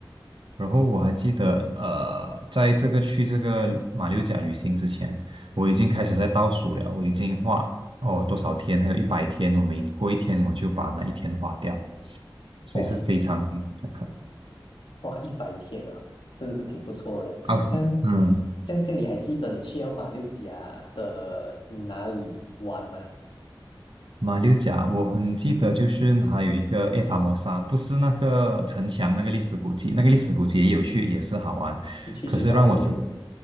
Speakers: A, on the right (about 80°); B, on the left (about 75°).
A: 然后我还记得，呃，在这个去这个马六甲旅行之前，我已经开始在倒数了，我已经花哦多少天，还有一百天，我每过一天我就把那一天花掉，所以是非常印象深刻。
B: 哇哇，一百天啊，真的是挺不错的。
A: 奥斯，
B: 这样
A: 嗯。
B: 这样，这样你还记得你去到马六甲的哪里玩吗？
A: 马六甲，我很记得，就是还有一个埃法摩沙，不是那个城墙那个历史古迹，那个历史古迹也有去，也是好玩。
B: 你去水上乐园？
A: 可是让我想